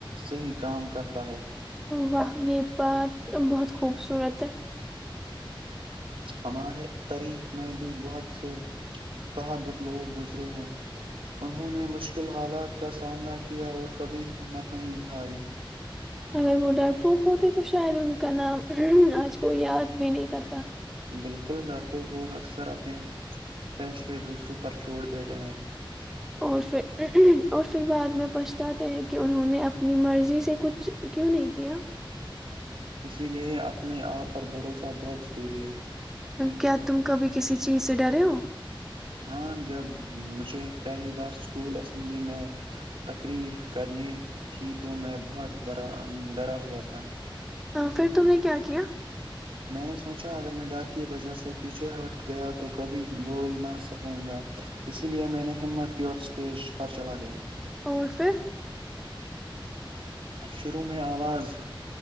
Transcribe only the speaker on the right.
صحیح کام کرتا ہے
ہمارے تریک میں بھی بہت سے بہادر لوگ گزرے ہیں انہوں نے مشکل حالات کا سامنا کیا اور کبھی ہمت نہیں ہاری
بالکل ڈرپوک لوگ اکثر سر اپنے فیصلے دوسروں پر چھوڑ دیتے ہیں
اسی لیے اپنے آپ پر بھروسہ بہت ضروری ہے
ہاں جب مجھے پہلی بار اسکول اسمبلی میں تقریر کرنی تھی تو میں بہت ڈرا ہوا تھا
میں نے سوچا اگر میں ڈر کی وجہ سے پیچھے ہٹ گیا تو کبھی بول نہ سکوں گا اسی لے میں نے ہمت کی اور اسٹیج پر چلا گیا
شروع میں آواز